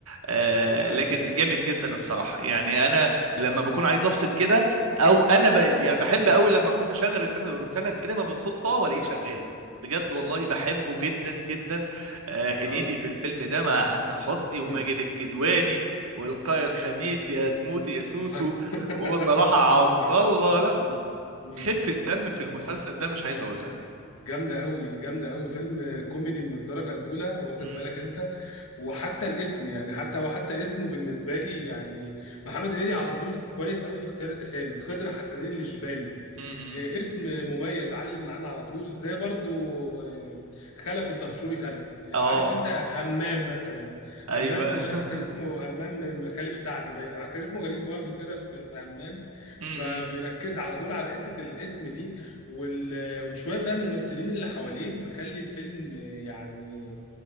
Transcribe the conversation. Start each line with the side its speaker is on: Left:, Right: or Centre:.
Right: آه
Left: اه فعلا
Right: لكن جامد جدا الصراحه يعني انا لما بكون عايز افصل كده او انا ب... يعني بحب قوي لما اكون مشغل روتانا روتانا سينما بالصدفه والاقيه شغال بجد والله بحبه جدا جدا آه هنيدي
Left: اه
Right: في الفيلم ده مع حسن حسني
Left: مم.
Right: وماجد الكدواني والقاء الخميس يا تموتي يا سوسو
Left: <laughs>
Right: وصلاح عبد الله لا
Left: مم. مم.
Right: خفة دم في المسلسل ده مش عايز اقول لك
Left: جامده قوي جامده قوي فيلم كوميدي من الدرجه الاولى واخد
Right: مم،
Left: بالك انت وحتى الاسم يعني حتى وحتى اسمه بالنسبه لي يعني محمد هنيدي على طول كويس قوي في اختيار الاسامي خضر حسنين الجبالي
Right: مم، مم.
Left: آه، اسم مميز علم معانا على طول زي برضو آه، خلف الدهشوري خلف آه،
Right: اه
Left: عارف انت همام مثلا
Right: ايوه
Left: همام مش عارف كان
Right: <laughs>
Left: اسمه همام خليف سعد باين كان اسمه غريب برضو كده في في همام
Right: مم، مم.
Left: فبيركز على طول على حتة الاسم دي وال- وشوية بقى الممثلين اللي حواليه مخلي الفيلم آه، يعني